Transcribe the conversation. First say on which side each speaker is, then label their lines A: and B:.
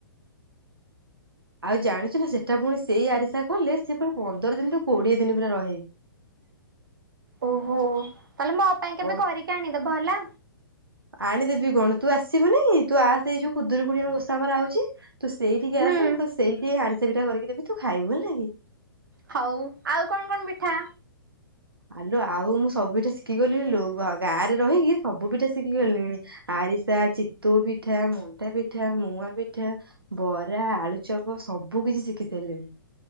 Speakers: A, on the right (about 80°); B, on the right (about 60°).
A: ଆଉ ଜାଣିଚୁ ନା ସେଟା ପୁଣି ସେଇ ଆରିସା କଲେ ସେ ପରା ପନ୍ଦର ଦିନିରୁୁ କୋଡିଏ ଦିନି ରହେ।
B: ଓହୋ ତାହେଲେ ମୋ ପାଇଁ କେବେ
A: ହଉ
B: କରିକି ଆଣିଦବ ହେଲା।
A: ଆଣିଦେବି କଣ ତୁ ଆସିବୁନି ତୁ ଆ ସେଇ ଯୋଉ ଖୁଦୁରୁକୁୁଣି ଓଷା ଆମର ଆଉଛି। ତୁ ସେଇଠିକି
B: ହୁଁ।
A: ଆସେ ମୁଁ ତ ସେଇଠିକି ଆରିସା ପିଠା କରିକି ଦେବି ତୁ ଖାଇବୁ ହେଲା।
B: ହଉ ଆଉ କଣ କଣ ପିଠା?
A: ଆଲୋ ଆଉ ମୁଁ ସବୁ ପିଠା ଶିଖିଗଲିଣିଲୋ ଗାଁରେ ରହିକି ସବୁ ପିଠା ଶି ଶିଖିଗଲିଣି ଆରିସା, ଚିତୋଉ ପିଠା, ମଣ୍ଡା ପିଠା ପିଠା ମୁଁଆପିଠା, ବରା, ଆଳୁଚପ ସବୁ କିଛି ଶିଖି ସାଇଲିଣି।